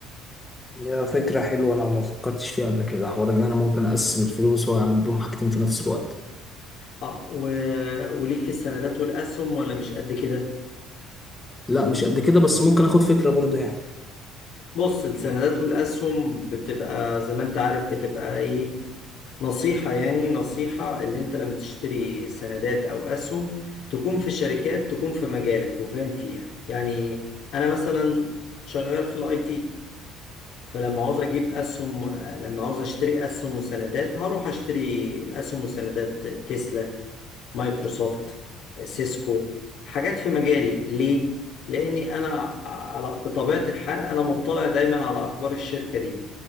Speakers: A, on the left (about 20°); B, on the left (about 60°).
A: هي فكرة حلوة أنا ما فكرتش فيها قبل كده حوار إن أنا ممكن أقسم الفلوس وأعمل بيهم حاجتين في نفس الوقت
B: اه و... وليك في السندات والاسهم ولا مش قد كده
A: لا مش قد كده بس ممكن آخد فكرة برضو يعني
B: بص السندات والاسهم بتبقى زي ما انت عارف بتبقى ايه نصيحة يعني نصيحة اللي انت لما تشتري سندات او اسهم تكون في شركات تكون في مجالك وفاهم فيها يعني انا مثلا شغال في الاي تي فلما عاوز اجيب اسهم لما عاوز اشتري اسهم وسندات هروح اشتري اسهم وسندات تسلا مايكروسوفت سيسكو حاجات في مجالي ليه؟ لأني أنا على بطبيعة الحال أنا مطلع دايما على أخبار الشركة دي